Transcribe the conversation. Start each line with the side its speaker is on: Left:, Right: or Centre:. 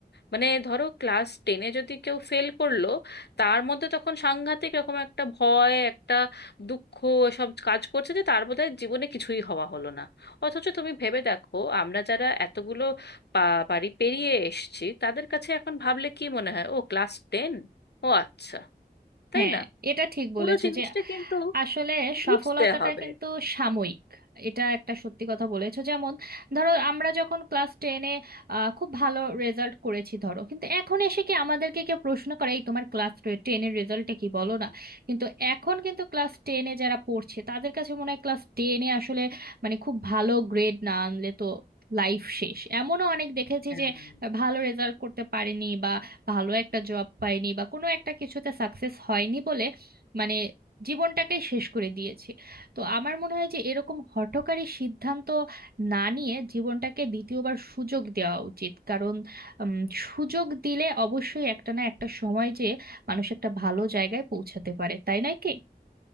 Left: মানে ধরো ক্লাস টেনে যদি কেউ ফেল করলো তার মধ্যে তখন সাংঘাতিক রকম একটা ভয় একটা দুঃখ সব কাজ করছে যে তার বোধহয় জীবনে কিছুই হওয়া হলো না অথচ তুমি ভেবে দেখো আমরা যারা এতগুলো পা- পারি পেরিয়ে এসেছি তাদের কাছে এখন ভাবলে কি মনে হয় ও ক্লাস টেন ও আচ্ছা তাই
Right: হ্যাঁ
Left: না
Right: এটা ঠিক
Left: পুরো
Right: বলেছো
Left: জিনিসটা
Right: যে
Left: কিন্তু
Right: আসলে
Left: বুঝতে
Right: সফলতাটা
Left: হবে
Right: কিন্তু সাময়িক এটা একটা সত্যি কথা বলেছো যেমন ধরো আমরা যখন ক্লাস টেনে খুব ভালো রেজাল্ট করেছি ধরো কিন্তু এখন এসে কি আমাদেরকে কেউ প্রশ্ন করে এই তোমার ক্লাস টেনের রেজাল্টটা কি বলো না কিন্তু এখন কিন্তু ক্লাস টেনে যারা পড়ছে তাদের কাছে মনে হয় ক্লাস টেনে আসলে মানে খুব ভালো গ্রেড না আনলে তো লাইফ শেষ এমনও অনেক দেখেছি
Left: হ্যাঁ
Right: যে ভালো রেজাল্ট করতে পারেনি ভালো একটা জব পাইনি বা কোনো একটা কিছুতে সাকসেস হয়নি বলে মানে জীবনটাকে শেষ করে দিয়েছি তো আমার মনে হয় যে এরকম হঠকারী সিদ্ধান্ত না নিয়ে জীবনটাকে দ্বিতীয়বার সুযোগ দেওয়া উচিত কারণ উম, সুযোগ দিলে অবশ্যই একটা না একটা সময় যে মানুষ একটা ভালো জায়গায় পৌঁছাতে পারে তাই নয় কি